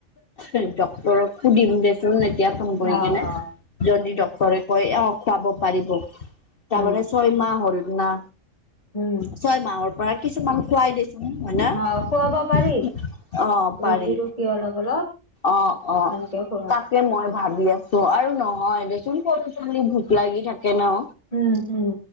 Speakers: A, on the left; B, on the left.
A: আৰু ড্টৰক সুধিম দেচোন এতিয়া ফোন কৰি
B: অ',
A: কিনে।
B: অ',
A: যদি ডক্তৰে কয় অ' পাব পাৰিব, তাৰমানে
B: উম,
A: ছয়মাহ হ'ল না।
B: উম।
A: ছয় মাহৰ পৰা কিছুমান খুৱাই দিছে। হয় ন,
B: অ' খুৱাব পাৰি
A: অ' পাৰি।
B: ৰুটি ৰুটি অলপ অলপ।
A: অ' অ'
B: সেনেকে খুৱাবি
A: তাকে। মই ভাবি আছো আৰু নহয় দেচোন সৰু চলি ভোক লাগি থাকে ন।
B: উম হম।